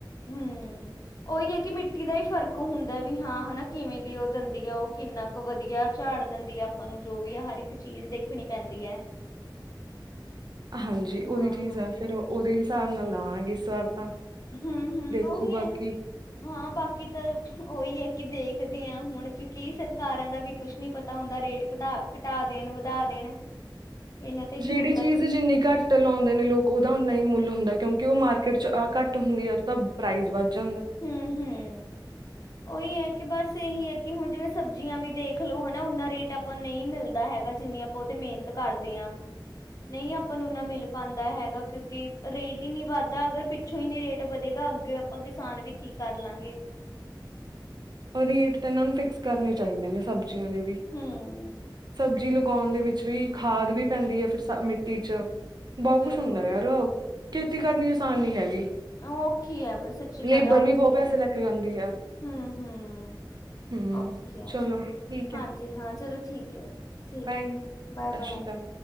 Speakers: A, on the left; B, on the right.
A: ਹੂੰ ਉਹੀ ਹੈ ਕਿ ਮਿੱਟੀ ਦਾ ਹੀ ਫ਼ਰਕ, ਇੱਕ ਹੁੰਦਾ ਵੀ ਹਾਂ ਹਨਾ ਕਿਵੇਂ ਦੀ ਉਹ ਦੰਦੀ ਆ ਉਹ ਕਿੰਨਾ ਕੁ ਵਧੀਆ ਝਾੜ ਦੰਦੀ ਆ ਆਪਾਂ ਨੂੰ ਜੋ ਵੀ ਆ ਹਰ ਇੱਕ ਚੀਜ਼ ਦੇਖਣੀ ਪੈਂਦੀ ਹੈ।
B: ਹਾਂਜੀ
A: ਹਾਂ-ਹਾਂ।
B: ਉਹੀ ਚੀਜ਼ ਹੈ ਫੇਰ ਉਹਦੇ, ਸਾਧ ਲਗਾਵਾਗੇ ਇਸ ਵਾਰ ਤਾਂ,
A: ਹੂੰ-ਹੂੰ,
B: ਦੇਖੋ
A: ਉਹੀ
B: ਬਾਕੀ
A: ਹੈ ਹਾਂ ਬਾਕੀ ਤਾਂ ਉਹੀ ਹੈ। ਕਿ ਦੇਖਦੇ ਹਾਂ ਹੁਣ ਕਿਉਕਿ ਸਰਕਾਰਾਂ ਦਾ ਵੀ ਕੁਛ ਨੀ ਪਤਾ ਹੁੰਦਾ ਰੇਟ ਘਟਾ ਘਟਾ ਦੇਣ ਵਧਾ ਦੇਣ, ਇਹਨਾਂ ਤੇ ਵੀ
B: ਜਿਹੜੀ
A: ਹੁੰਦਾ
B: ਚੀਜ਼
A: ਕੀ
B: ਜਿੰਨੀ ਘੱਟ ਲਾਦੇ ਨੇ ਲੋਕ ਉਹਦਾ ਉਨਾ ਹੀ ਮੁੱਲ ਹੁੰਦਾ। ਕਿਉਂਕਿ ਉਹ ਮਾਰਕੀਟ ਚ ਆਹ ਘੱਟ ਹੁੰਦੀ ਹੈ ਤਾਂ ਪ੍ਰਾਈਜ਼ ਵੱਧ, ਜਾਂਦਾ
A: ਹੂੰ-ਹੂੰ, ਉਹੀ ਹੈ। ਕਿ ਬਸ ਇਹੀ ਹੈ ਕਿ ਹੁਣ ਜਿਵੇਂ ਸਬਜ਼ੀਆਂ ਵੀ ਦੇਖ ਲਓ ਹਨਾ ਉਨਾ ਰੇਟ ਆਪਾਂ ਨੂੰ ਨਹੀਂ ਮਿਲਦਾ ਹੈਗਾ ਜਿੰਨੀ ਆਪਾਂ ਉਹ ਤੇ ਮਿਹਨਤ ਕਰਦੇ ਹਾਂ ਨਹੀਂ ਆਪਾਂ ਨੂੰ ਓਨਾ ਮਿਲ ਪਾਦਾ ਹੈਗਾ ਕਿਉਂਕਿ ਰੇਟ ਹੀ ਨੀ ਵੱਧਦਾ ਅਗਰ ਪਿੱਛੋਂ ਹੀ ਨੀ ਰੇਟ ਵਧੇਗਾ ਅੱਗੇ ਆਪਾਂ ਕਿਸ ਨੂੰ ਕਿਸਾਨ ਵੀ ਕੀ ਕਰ ਲਾਂਗੇ।
B: ਰੇਟ ਤਾਂ ਇਹਨਾਂ ਨੂੰ ਫਿਕਸ ਕਰਨੇ ਚਾਹੀਦੇ ਨੇ ਸਬਜ਼ ਦੀਆਂ ਦੇ ਵੀ ਸਬਜ਼
A: ਹਮ
B: ਸਬਜ਼ੀ ਲਗਾਣ ਦੇ ਵਿੱਚ ਵੀ ਖਾਦ ਵੀ ਪੈਂਦੀ ਹੈ ਫਿਰ ਸ ਮਿੱਟੀ ਚ, ਬਹੁਤ
A: ਬਿਲਕੁਲ
B: ਕੁਛ ਹੁੰਦਾ ਯਾਰ ਖੇਤੀ ਕਰਨੀ, ਆਸਾਨ ਨੀ ਹੈਗੀ।
A: ਉਹ ਔਖੀ ਹੈ ਬਈ ਸੱਚੀ
B: ਲੇਬਰ
A: ਗੱਲ ਹੈ ਔਖੀ
B: ਵੀ ਬਹੁਤ ਪੈਸੇ
A: ਹੈ
B: ਲੈ ਕੇ ਜਾਂਦੀ ਹੈ
A: ਹੂੰ-ਹੂੰ,
B: ਹਮ
A: ਹੂੰ ਓਹੀ ਹੈ
B: ਚਲੋ ਠੀਕ
A: ਹਾਂਜੀ
B: ਹੈ
A: ਹਾਂ ਚਲੋ ਠੀਕ ਹੈ ਠੀਕ
B: ਬਾਏ
A: ਹੈ, ਬਾਏ-ਬਾਏ,
B: ਸਤਿ ਸ਼੍ਰੀ ਅਕਾਲ